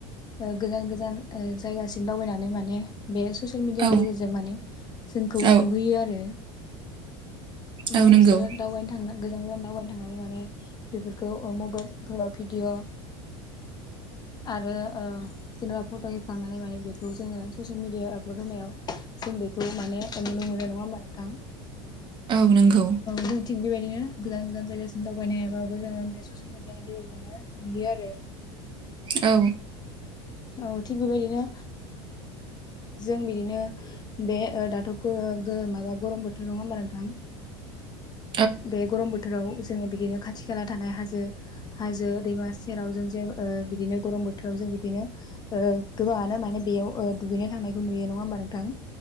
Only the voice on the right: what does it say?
औ
औ
औ नंगौ
औ नंगौ।
औ।
<inaudible>